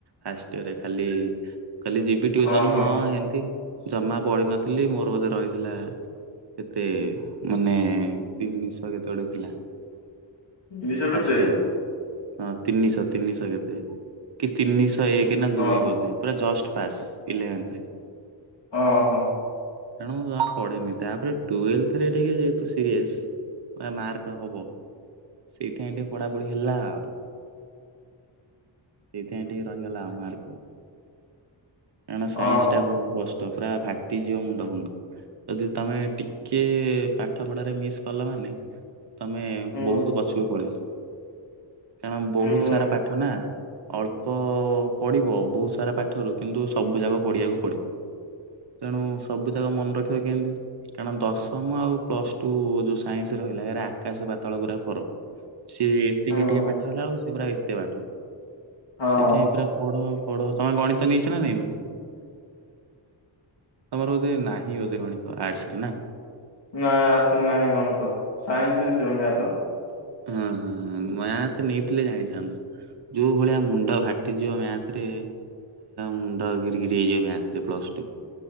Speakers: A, on the right; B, on the left.
A: ଫାଷ୍ଟ ଇଅର ରେ ଖାଲି କଲି ଯିବି ଟିଉସନ
B: ଓହୋ
A: କୁ ହଁ ଏମତି। ଜମା ପଡିିନଥିଲି ମୋର ବୋଧେ ରହିଥିଲା ଏତେ ମାନେ ତିନିଶହ କେତେ ଗୋଟେ ଥିଲା।
B: ତିନିଶ
A: ଫାଷ୍ଟ
B: କେତେ
A: ଇୟରରେ ହଁ ତିନିଶହ ତିନିଶହ କେତେ କି ତିନିଶହ ଏକ ନା
B: ହଁ
A: ଦୁଇ କୋଧେ ପୁରା ଜଷ୍ଟ ପାସ୍ ଇଲେଭେନଥରେ।
B: ଓ ହୋ।
A: ତେଣୁ ମୁ ଯା ପଢେନି ତାପରେ ଟୁଏଲଥ ରେ ଟିକେ ବହୁତୁ ସିରିୟସ, ଆ ମାର୍କ ହବ। ସେଇଥିପାଇଁ ଟିକେ ପଢାପଢି ହେଲା ଆଉ। ସେଇଥିପାଇଁ ଟିକେ ରହିଗଲା ମାର୍କ। କାରଣ ସାଇନ୍ସ
B: ଓ
A: ଟା ବହୁତ କଷ୍ଟ ପୁରା ଫା ଯିବ ମୁଣ୍ଡ ଫୁଣ୍ଡ, ଯଦି ତମେ ଟିକେ ପାଠ ପଢାରେ ମିସ୍ କଲା ମାନେ ତମେ
B: ହୁଁ
A: ବହୁତ ପଛକୁ ପଳେଇିବ। କାରଣ ବହୁତ
B: ହୁଁ
A: ସାରା ପାଠ ନା ଅଳ୍ପ ପଡିବ ବହୁତ ସାରା ପାଠରୁ କିନ୍ତୁ ସବୁ ଯାକ ପଢିବାକୁ ପଡିବ। ତେଣୁ ସବୁ ଯାକ ମନେ ରଖିବ କେମିତି କାରଣ ଦଶମ ଆଉ ପ୍ଲସ ଟୁ ଯୋଉ ସାଇନ୍ସ ରହିଲା ଏରା ଆକାଶ ପାତାଳ ଗୁରା ଫରକ୍ ସିଏ ତିକି
B: ହୁଁ
A: ଟିକେ ପାଠ ହେଲା ବେଳ ସେ ପୁରା ଏତେ ପାଠ।
B: ହଁ
A: ସେଥିପାଇଁ ପୁରା ପଢ ପଢ ତମେ ଗଣିତ ନେଇଚ ନା ନେଇଁ ନ? ତମର ବୋଧେ ନାହିଁ ବୋଧେ ଗଣିତ ଆର୍ଟସରେ ନା?
B: ନାଇଁ ଆର୍ଟସରେ ନାଁହୀ ଗଣିତ, ସାଇନ୍ସରେ ଥିବ ମାଥ।
A: ହଁ ହଁ ମ୍ୟାଥ ନେଇଥିଲେ ଜାଣିଥାନ୍ତୁ, ଯୋଉ ଭଳିଆ ମୁଣ୍ଡ ଫାଟିଯିବ ମ୍ୟାଥରେ ମୁଣ୍ଡ ଗିରିିକିରି ହେଇଯିବ ମଥରେ ପ୍ଲସ ଟୁ